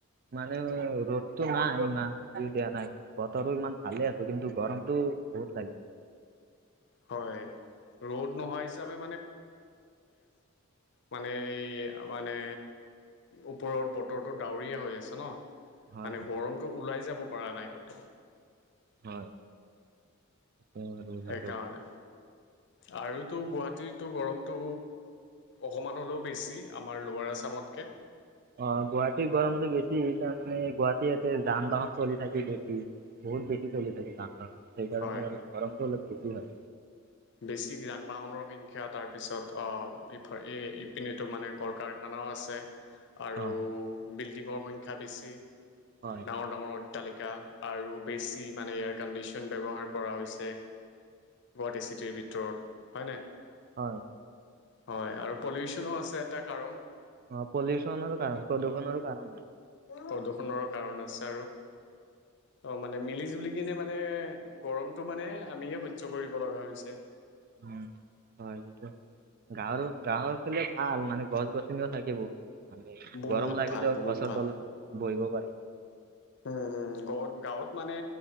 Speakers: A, on the right; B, on the left.
A: মানে ৰ'দটো নাই ইমান দিয়া নাই বতৰো ইমান ভালে আছে কিন্তু গৰমটো বহুত লাগিছে।
B: হয় ৰ'দ নোহোৱা মানে এই মানে ওপৰৰ বতৰটো ডাৱৰীয়া হৈ আছে ন
A: হয়
B: মানে
A: হয়
B: গৰমটো ওলাই যাব পৰা নাই ক'তো
A: হয় উম
B: সেইকাৰণে
A: আৰু
B: আৰুতো গুৱাহাটীৰ টো গৰমটো অকমান হ'লেও বেছি আমাৰ লোৱাৰ আছামত কে
A: অ গুৱাহাটীৰ গৰমতটো বেছি তাৰমানে গুৱাহাটী ইয়াতে যান বাহন চলি থাকে বেছি বহুত বেছি চলি থাকে যান বাহন সেইকাৰণে
B: হয়
A: অলপ গৰমটো অলপ বেছি হয়।
B: বেছি যান বাহনৰ সংখ্যা তাৰ পিছত অ ইপিনে টো মানে কল কাৰখানা ও আছে আৰু
A: অ
B: বিল্ডিঙৰ সংখ্যা বেছি
A: হয়
B: ডাঙৰ ডাঙৰ অট্টালিকা আৰু বেছি মানে ইয়াৰ কণ্ডিশ্যন ব্যৱহাৰ কৰা হৈছে প্লট এচি ভিতৰত হয় নে
A: হয়
B: হয় আৰু পলিউচনো আছে এটা কাৰণ
A: অ পলিউশনৰ কাৰণ প্ৰদূষণৰো কাৰণ হয়
B: প্ৰদূষণৰ কাৰণ আছে আৰু অ মানে মিলি জুলি কিনে মানে গৰমতটো মানে আমিয়ে সহ্্য কৰিব লগা হৈছে
A: উম হয় সটো গাঁৱৰ গাঁৱৰ ফালে ভাল মানে গছ গছনিও থাকে বহুত মানে
B: বহুত
A: গৰম লাগিলেও
B: ভাল বহুত
A: ফচৰ
B: ভাল
A: তলত বহিব পাৰি
B: উম হম গ গাঁৱত মানে